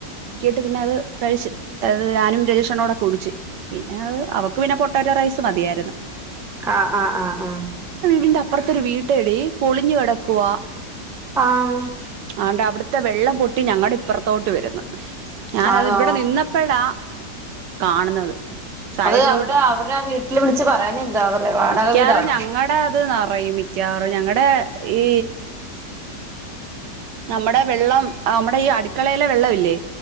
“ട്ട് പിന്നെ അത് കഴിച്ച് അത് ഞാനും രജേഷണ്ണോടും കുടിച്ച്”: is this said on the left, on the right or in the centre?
Right